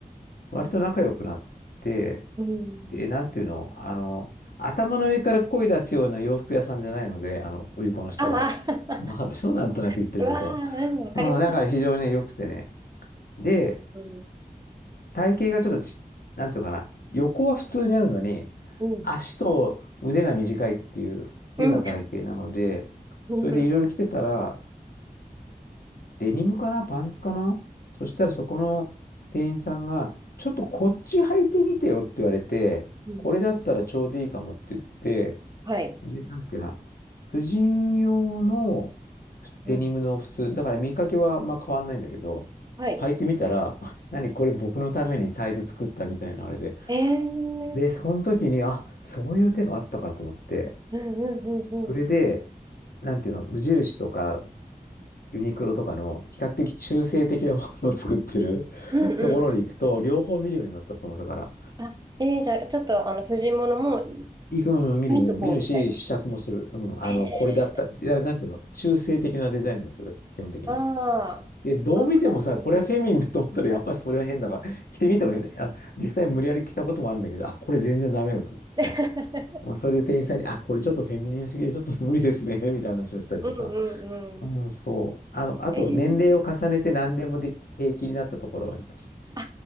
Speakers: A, on the left; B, on the right.
A: 割と仲良くなって、
B: うん。
A: で、なんていうの、あの、頭の上から声出すような洋服屋さんじゃないので、あの、売り子の人が。
B: ああ、<laughs>
A: わかるでしょなんとなく言ってること。
B: うわあ、うん、わかります。
A: うん、だから非常にね良くてね。で、
B: うん、
A: 体型がちょっとち、なんていうのかな、横は普通にあるのに、
B: うん、
A: 足と腕が短いっていう変な体型なので、
B: うん、うん、
A: それでいろいろ着てたら、デニムかなパンツかなそしたらそこの店員さんが、ちょっとこっち履いてみてよって言われて、
B: うん、
A: これだったらちょうどいいかもって言って、
B: はい、
A: で、なんだっけな。婦人用の
B: うん、
A: デニムの普通、だから見かけはまあ変わんないんだけど、
B: はい。
A: 履いてみたら、<laughs> 何これ僕のためにサイズ作ったみたいなあれで。
B: ええー
A: で、その時に、あ、そういう手があったかと思って、
B: うん、うん、うん、
A: それで、
B: うん、
A: なんていうの、無印とかユニクロとかの比較的中性的なものを作ってる
B: うん、
A: <laughs>
B: うん。
A: ところに行くと、
B: うん
A: 両方見るようになった、その差から。
B: あ、えー、じゃあ、ちょっと、あの、藤物も
A: 行くの見る見る見るし、
B: 見とこうみたいな。
A: 試着もする。うん。
B: え
A: あの、これだった。
B: ー、
A: いや、なんていうの中性的なデザインです。基本的に。
B: ああ、
A: で、どう見てもさ、
B: あーうん、
A: これはフェミニンだと思ったら、
B: うん。
A: やっぱりそれは変だから、着てみてもいいね。あの、実際無理やり着たこともあるんだけど、あ、これ全然ダメだと思ってさ。
B: <laughs>
A: もうそれで店員さんに、あ、これちょっとフェミニンすぎて、ちょっと無理ですね、<laughs> みたいな話をしたりとか。
B: うん、うん、
A: うん、
B: うん。
A: そう。あの、あと、
B: えー、
A: 年齢を重ねて何でもで平気になったところはあります。
B: あ、